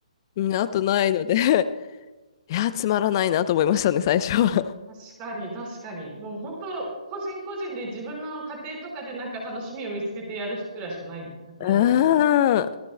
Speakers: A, on the left (about 35°); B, on the right (about 25°).
A: うん、あとないので <laughs> いや、つまらないなと思いましたね、最初は。
B: 確かに、確かに。もう本当、個人個人で自分の家庭とかでなんか楽しみを見つけてやるくらいしかない、なくなりますよね。
A: <laughs> うーん。